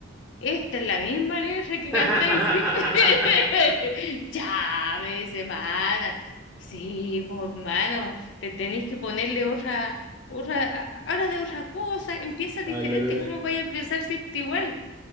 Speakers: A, on the left; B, in the centre.
A: esta es la misma letra que cantáis
B: <laughs>
A: siempre. <laughs> Ya, me dice, mana. Sí, pues, mano, te tenéis que ponerle otra, otra, a- habla de otra cosa, empieza diferente,
B: Hablar de...
A: ¿cómo vais a empezar siempre igual?